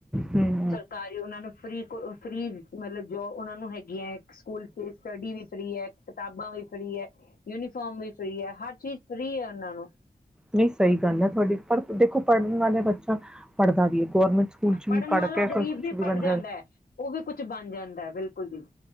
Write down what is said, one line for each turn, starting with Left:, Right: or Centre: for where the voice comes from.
Centre: ਹਮ
Left: ਸਰਕਾਰੀ ਉਹਨਾਂ ਨੂੰ ਫਰੀ ਕੋ ਫਰੀ ਮਤਲਬ ਜੋ ਉਹਨਾਂ ਨੂੰ ਹੈਗੀਆਂ ਸਕੂਲ ਚ ਸਟੱਡੀ ਵੀ ਫ੍ਰੀ ਹੈ ਕਿਤਾਬਾਂ ਵੀ ਫ੍ਰੀ ਹੈ ਯੂਨੀਫਾਰਮ ਵੀ ਫ੍ਰੀ ਹੈ ਹਰ ਚੀਜ਼ ਫ੍ਰੀ ਹੈ ਉਹਨਾਂ ਨੂੰ
Centre: ਨਹੀਂ ਸਹੀ ਗੱਲ ਹੈ ਤੁਹਾਡੀ ਪਰ ਦੇਖੋ ਪੜ੍ਹਨ ਵਾਲੇ ਬੱਚਾ ਪੜ੍ਹਦਾ ਵੀ ਹੈ ਗੌਰਮੈਂਟ ਸਕੂਲ 'ਚ
Left: ਪੜ੍ਹਨ
Centre: ਵੀ ਪੜ੍ਹ
Left: ਵਾਲਾ
Centre: ਕੇ
Left: ਗ਼ਰੀਬ
Centre: ਕੋਈ ਕੁਛ
Left: ਵੀ ਪੜ੍ਹ
Centre: ਬਣ
Left: ਜਾਂਦਾ ਹੈ ਉਹ ਵੀ ਕੁਛ ਬਣ ਜਾਂਦਾ ਬਿਲਕੁਲ ਜੀ